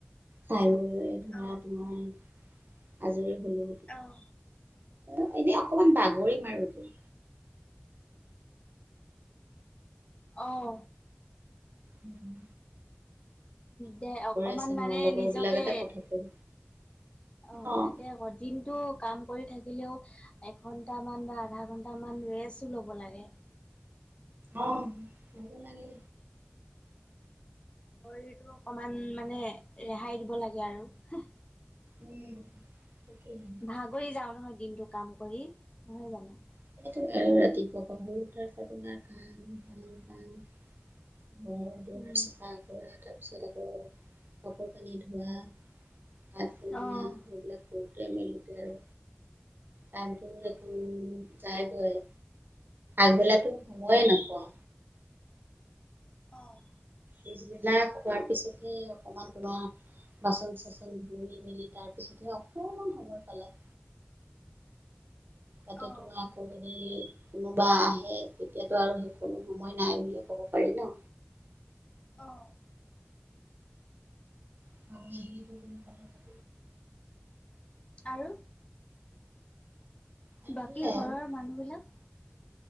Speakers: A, on the right; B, on the left.
A: খাই বৈ লাভ
B: অ',
A: নাই আজৰি হ'লো
B: অ'।
A: <unintelligible> এনেই অকমান বাগৰি আৰু এতিয়া।
B: অহ।
A: উম।
B: দে অকমান
A: আছে
B: মানে
A: ন লগৰবিলাকতে
B: নিজকে
A: কথা পাতিম
B: অ
A: অঁ
B: তাকে আকৌ দিনটো কাম কৰি থাকিলেও এঘণ্টামান বা আধা ঘণ্টামান ৰেষ্ট ল'ব লাগে।
A: অহ লব লাগে।
B: শৰীৰটো অকমান মানে ৰেহাই দিব লাগে আৰু।
A: উম তাকেহে।
B: ভাগৰি যাও নহয় দিনটো কাম কৰি নহয় জানো।
A: সেইটোৱেই আৰু ৰাতিপুৱাৰ পৰা বহুত <unintelligible> <unintelligible> দুৱাৰ
B: উম,
A: চাফা কৰা, তাৰপিছত আকৌ কাপোৰ কানি ধোৱা। ভাত বনোৱা,
B: অ'।
A: এইবিলাক কৰোঁতে মেলোতে আৰু টাইমটো দে যায়গৈ, আগবেলাতো সময়েই নাপাওঁ।
B: অ', অ',
A: পিছবেলা খোৱাৰ পিছতহে অকমান তোমাৰ বাচন চাচন ধুই মেলি তাৰপিছতহে অকমান সময় পালে। তাতে
B: অ',
A: তোমাৰ আকৌ যদি কোনোবা আহে, তেতিয়াতো আৰু সেইকনো সময় নাই বুলিয়েই ক'ব পাৰি ন।
B: অ'।
A: অ' <inaudible>
B: আৰু?
A: আৰু
B: বাকী
A: সেয়াই আৰু
B: ঘৰৰ মানুহবলাক?